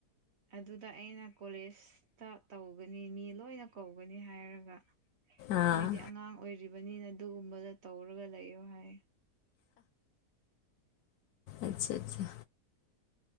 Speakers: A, on the right; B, on the left.
A: ꯑꯗꯨꯗ ꯑꯩꯅ ꯀꯣꯂꯦꯖꯇ ꯇꯧꯒꯅꯤ ꯃꯤ ꯂꯣꯏꯅ ꯀꯧꯒꯅꯤ ꯍꯥꯏꯔꯒ
B: ꯑꯥ
A: ꯅꯣꯏꯗꯤ ꯑꯉꯥꯡ ꯑꯣꯏꯔꯤꯕꯅꯤꯅ ꯑꯗꯨꯒꯨꯝꯕꯗ ꯇꯧꯔꯒ ꯂꯩꯌꯣ ꯍꯥꯏ
B: ꯑꯆꯥ ꯑꯆꯥ